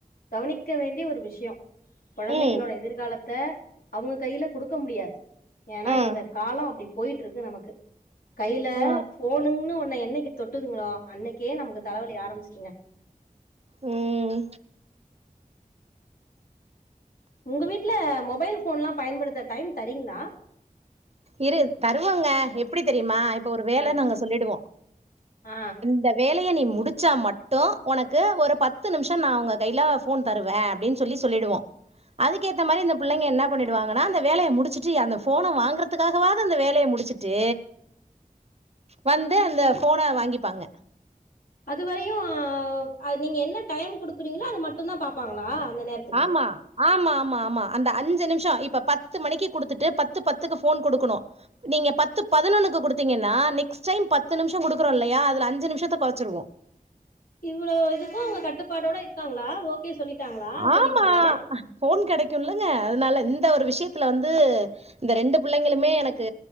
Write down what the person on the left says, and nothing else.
கவனிக்க வேண்டிய ஒரு விஷ்யோ கொழந்தைங்களோட
எதிர்காலத்த அவங்க கைல குடுக்க முடியாது ஏனா
இந்த காலோ அப்டி போய்ட்டு இருக்கு நமக்கு கைய்ல
போணுன்னு ஒன்ன என்னைக்கு தொட்டுதுங்களோ அன்னைக்கே நமக்கு தலைவலி ஆரம்பிச்சுங்க
உங்க வீட்ல மொபைல் ஃபோன்ல்லா பயன்படுத்த டைம் தரீங்களா
ம்
ஆ
ஆ
அதுவரையும் நீங்க என்ன டைம் குடுக்குறீங்களோ அது மட்டும்தா பாப்பாங்களா அந்த நேரத்
இவ்வளோ இதுக்கும் அவுங்க கட்டுப்பாடோட இருக்காங்களா ஓகே சொல்லிட்டாங்களா
சரிமான்னு